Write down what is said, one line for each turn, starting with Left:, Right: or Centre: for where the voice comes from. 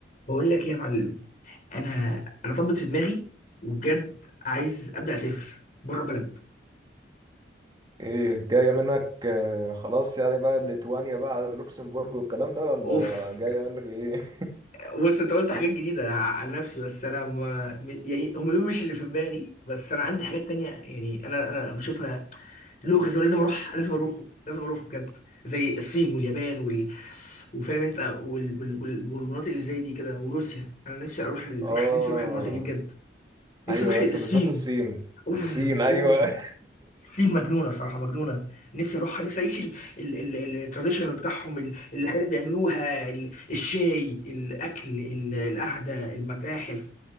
Left: بقول لك ايه يا معلم انا انا طبت في دماغي وبجد عايز ابدا اسافر بره البلد
Right: ايه جاية منك آه، خلاص يعني بقى ليتوانيا بقى على لوكسمبورج والكلام ده ولا
Left: اوف
Right: جاية منك ايه
Left: بص انت قلت حاجات جديده ع- على نفسي بس انا ما م- يعني هم دول مش اللي في دماغي بس انا عندي حاجات تانية يعني انا انا بشوفها لغز ولازم اروح لازم اروح لازم اروح بجد زي الصين واليابان وال وفاهم انت وال... وال... وال... والمناطق اللي زي دي كده وروسيا انا نفسي اروح
Right: <laughs>
Left: ال...
Right: اه
Left: روح... نفسي اروح المناطق دي بجد نفسي
Right: ايوه
Left: اروح الصين
Right: بس بالذات الصين
Left: اوه
Right: الصين ايوه
Left: اوه سيل مجنونه الصراحه مجنونه نفسي اروحها نفسي اعيش التراديشنال بتاعهم ال- الحاجات اللي بيعملوها ال- الشاي الاكل ال- القعده المتاحف